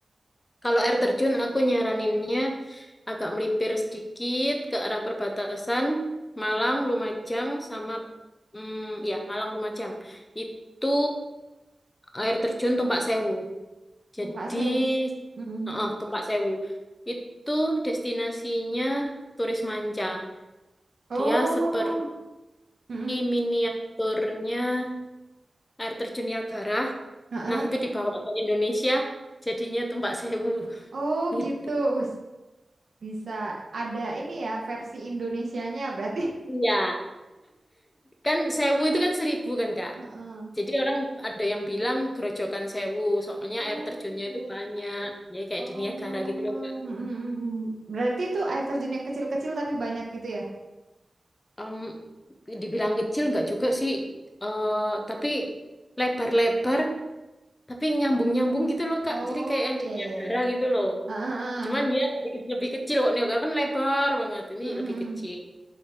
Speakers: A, on the left (about 30°); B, on the right (about 65°).
A: Kalau air terjun aku nyaraninnya agak melipir sedikit ke arah perbatasan Malang, Lumajang sama mm, ya Malang Lumajang. Itu air terjun Tumpak Sewu. Jadi,
B: Numpak sewu. Mm.
A: heeh, Tumpak Sewu itu destinasinya turis manca.
B: Oh,
A: Dia seperti
B: Mm-mm.
A: miniaturnya air terjun Niagara.
B: Heeh.
A: Nah, itu dibawa ke Indonesia, jadinya Tumpak Sewu. <laughs>
B: Oh
A: Gitu.
B: gitu. Us, bisa ada ini ya versi Indonesianya berarti. <laughs>
A: Iya, kan Sewu itu kan seribu kan, Kak?
B: Heeh.
A: Jadi orang ada yang bilang gerojokan Sewu, soalnya
B: Oke.
A: air terjunnya itu banyak. Jadi kayak
B: Oh,
A: di Niagara gitu loh, Kak.
B: mm mm Berarti itu air terjun yang kecil-kecil tapi banyak gitu ya?
A: Hmm. dibilang kecil nggak juga sih eh tapi lebar-lebar tapi nyambung-nyambung gitu loh Kak
B: Oh,
A: jadi kayak yang
B: ya
A: di Niagara
B: ya ya ya.
A: gitu loh
B: Heeh. heeh.
A: cuman dia lebih, lebih kecil kok Niagara kan lebar banget ini
B: mm mm
A: lebih kecil